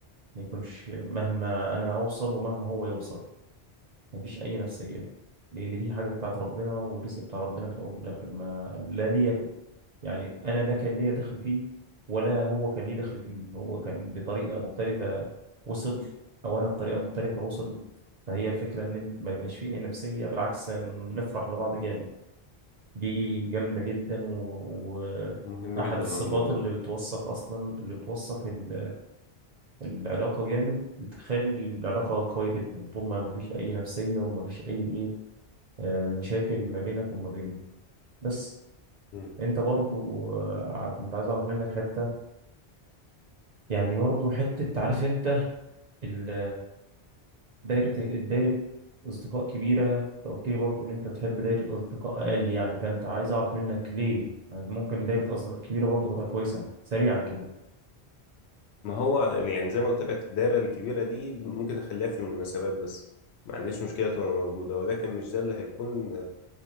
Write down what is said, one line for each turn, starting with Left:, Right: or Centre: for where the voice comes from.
Right: ما يكونش مهما انا اوصل ومهما هو يوصل ما فيش اي نفسية لان دي حاجة بتاعت ربنا ورزق بتاع ربنا في الاول والاخر ما لا ليا ك- يعني انا لا كان ليا دخل فيه ولا هو كان ليه دخل فيه هو كان بطريقه مختلفه وصل او انا بطريقه مختلفه وصل فهي الفكره ان ما يبقاش فيه اي نفسيه بالعكس نفرح لبعض جامد دي جامدة جدا و...
Left: مهم
Right: وأحد
Left: جدا
Right: الصفات
Left: على الموضوع
Right: اللي
Left: ده
Right: بتوثق أصلا اللي بتوثق ال... العلاقة جامد بتخلي العلاقة قوية جدا طول ما مفيش أي نفسية ومفيش أي إيه آه، مشاكل ما بينك وما بينه بس
Left: مم.
Right: أنت برضو آه، كنت عايز أعرف منك حتة يعني برضو حتة تعرف أنت ال- دايرة الدايرة أصدقاء كبيرة أنت قلت لي برضو إن أنت بتحب دايرة أصدقاء أقل يعني فأنت عايز أعرف منك ليه يعني ممكن دايرة أصدقاء كبيرة برضو تبقى كويسة سريعا كده
Left: ما هو يعني زي ما قلت لك الدايره الكبيره دي ممكن اخليها في المناسبات بس ما عنديش مشكله تبقى موجوده ولكن مش ده اللي هيكون